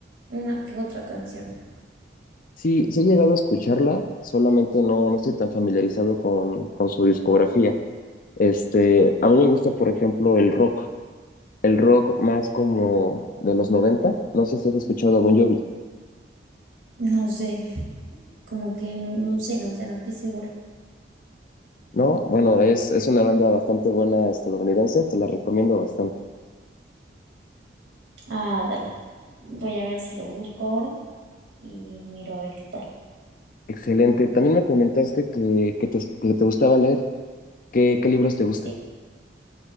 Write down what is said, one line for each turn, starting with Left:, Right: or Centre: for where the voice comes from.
Right: Una que otra canción.
Left: Sí, sí he llegado a escucharla, solamente no, no estoy tan familiarizado con, con su discografía. Este, a mí me gusta, por ejemplo, el rock, el rock más como de los 90. No sé si has escuchado a Bon Jovi,
Right: No sé, como que no, no sé, no sé, no estoy segura.
Left: ¿no? Bueno, es, es una banda bastante buena estadounidense, te la recomiendo bastante.
Right: Ah, dale. Voy a ver si lo busco ahora y miro a ver qué tal.
Left: Excelente. También me comentaste que, que te, que te gustaba leer. ¿Qué, qué libros te gustan?
Right: Sí,